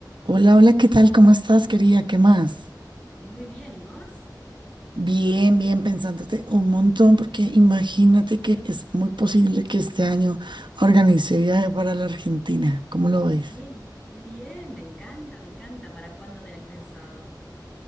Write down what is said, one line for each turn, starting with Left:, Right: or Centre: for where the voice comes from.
Right: Hola, hola, ¿qué tal? ¿Cómo estás, querida? ¿Qué más?
Left: Muy bien, ¿y vos?
Right: Bien, bien, pensándote un montón, porque imagínate que es muy posible que este año organice viaje para la Argentina. ¿Cómo lo ves?
Left: ¡Ey! ¡Qué bien! Me encanta, me encanta. ¿Para cuándo tenés pensado?